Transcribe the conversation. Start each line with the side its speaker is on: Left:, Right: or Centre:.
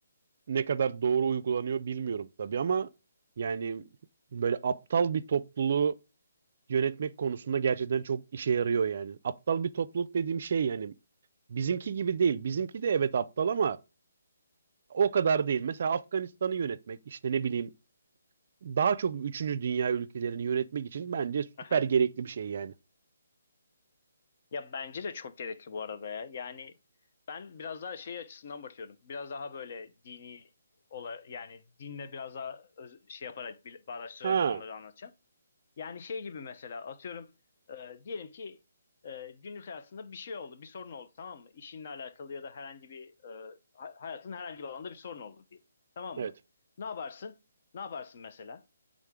Right: ne kadar doğru uygulanıyor bilmiyorum tabii ama yani böyle aptal bir topluluğu yönetmek konusunda gerçekten çok işe yarıyor yani. Aptal bir topluluk dediğim şey yani bizimki gibi değil. Bizimki de evet aptal ama o kadar değil. Mesela Afganistan'ı yönetmek, işte ne bileyim daha çok üçüncü dünya ülkelerini yönetmek için bence süper
Left: Aha.
Right: gerekli bir şey yani.
Left: Ya bence de çok gerekli bu arada ya. Yani ben biraz daha şey açısından bakıyorum. Biraz daha böyle dini ola, yani dinle biraz daha öz- şey yaparak bir- bağdaştırarak
Right: Ha,
Left: konuları anlatacağım. Yani şey gibi mesela atıyorum e, diyelim ki e, günlük hayatında bir şey oldu, bir sorun oldu tamam mı? İşinle alakalı ya da herhangi bir e, ha- hayatın herhangi bir alanda bir sorun oldu diyelim. Tamam
Right: evet.
Left: mı? Ne yaparsın? Ne yaparsın mesela?